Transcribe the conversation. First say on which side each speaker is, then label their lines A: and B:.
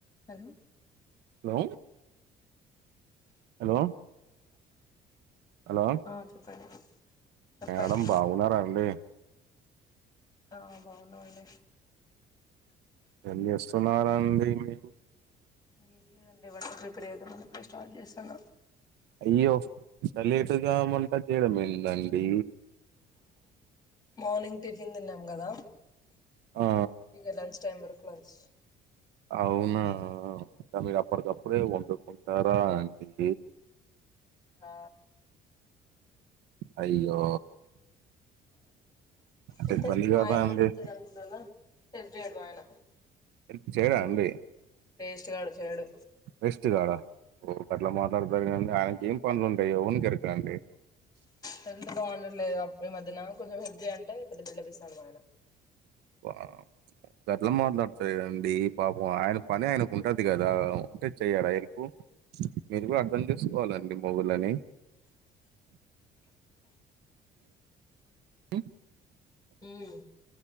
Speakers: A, on the left; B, on the right.
A: Hello
B: hello hello hello
A: ఆ చెప్పండి చెప్పండి
B: మేడం బాగున్నారా అండి
A: ఆ బాగున్నా అండీ
B: ఎన్నిస్తున్నారండి మీరు
A: ఏది లేదండి బటర్ ప్రిపేర్ ఏదమ్ అని ఎప్పుడే స్టార్ట్ చేస్తాన
B: అయ్యో సలేటుగా వంట చేయడం ఏందండి
A: మార్నింగ్ టిఫిన్ తిన్నాం కదా
B: ఆ
A: ఇక లంచ్ టైమ్ వరక్ క్లోస్
B: అవునా తామీరు అప్పటికప్పుడే వండుకుంటారా అండి
A: ఆ
B: అయ్యో అంటే
A: అంతే
B: ఇబ్బంది
A: మా
B: కాదా
A: ఆయన <unintelligible>
B: అండి
A: అనుంటలా హెలెప్ చేయారు మా ఆయన
B: ప్ చేయడా అండి
A: టేస్ట్ గాడు చేడు
B: వెస్తుగాడా ఓ ఆట్లా మాట్లాడగిండి ఆయనకి ఏం పనులు ఉంటాయి వన్ గరికరాండి
A: హెల్తు బాగుండట్లేదు అ ఈ మధ్యన కొంచెం హెలపు చ్ అంటే పెద్ద బిడ్లపిస్తాను మా ఆయన
B: వాహ్ గట్లు మాట్లాడుతాయిండి పాపం ఆయన పని ఆయనకు ఉంటది కదా ఉంటే చెయడా ఎల్పు మీరు గు కన్ చేసుకోవాలండి మొగుడ్లాని మ్
A: మ్మ్